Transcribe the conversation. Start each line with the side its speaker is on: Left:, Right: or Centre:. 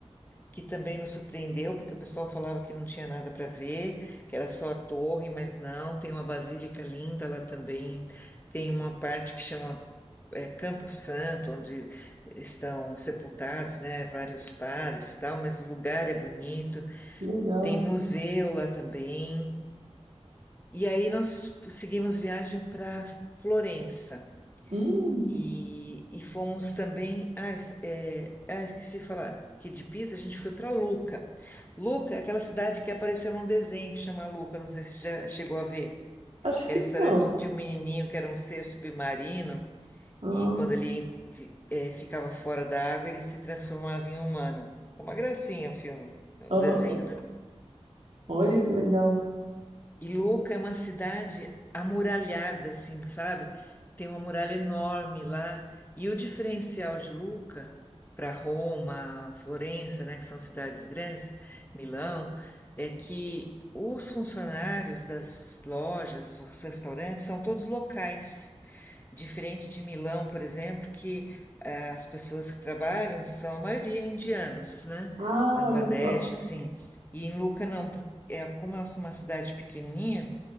Left: que também nos surpreendeu, porque o pessoal falava que não tinha nada para ver, que era só a torre, mas não, tem uma basílica linda lá também, tem uma parte que chama é, Campo Santo, onde estão sepultados, né, vários padres e tal, mas o lugar é bonito,
Right: legal.
Left: tem museu lá também. E aí nós seguimos viagem para Florença.
Right: Hum,
Left: E, e fomos também. Ah, es- é, ah, esqueci de falar que de Pisa a gente foi para Luca. Luca é aquela cidade que apareceu num desenho que chama Luca, não sei se já chegou a ver.
Right: acho que
Left: Era a história
Right: não.
Left: de, de um menininho que era um ser submarino
Right: Ah,
Left: e quando ele vi- é, ficava fora da água ele se transformava em humano. É uma gracinha o filme, o
Right: aham.
Left: desenho, né?
Right: Olha que legal.
Left: E Luca é uma cidade amuralhada, assim, sabe? Tem uma muralha enorme lá. E o diferencial de Luca para Roma, Florença, né, que são cidades grandes, Milão, é que os funcionários das lojas, dos restaurantes, são todos locais. Diferente de Milão, por exemplo, que eh, as pessoas que trabalham são a maioria indianos, né?
Right: Ah,
Left: Bangladesh,
Right: olha só.
Left: assim. E em Luca não, é como é uma cidade pequenininha,